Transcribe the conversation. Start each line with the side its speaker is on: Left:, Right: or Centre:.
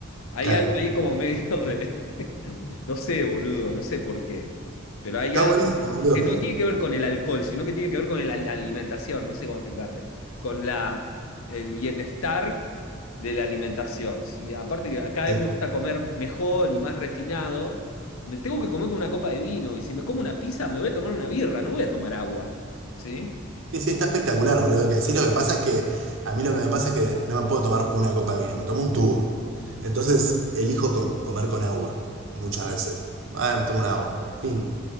Left: Hay
Right: claro.
Left: algo ahí como medio de... <laughs> No sé, boludo, no sé por qué. Pero
Right: Está
Left: hay algo
Right: buenísimo, boludo.
Left: que no tiene que ver con el alcohol, sino que tiene que ver con el al- la alimentación, no sé cómo explicarte. Con la, el bienestar de la alimentación. Si aparte que cada
Right: Sí,
Left: vez me gusta comer mejor y más refinado, me tengo que comer con una copa de vino. Y si me como una pizza, me voy a tomar una birra, no voy a tomar agua. ¿Sí?
Right: sí, sí, está espectacular, boludo. Que sí, lo que pasa es que a mí lo que me pasa es que no me puedo tomar una copa de vino, me tomo un tubo. Entonces elijo co- comer con agua, muchas veces. Ah, me tomo un agua, fin.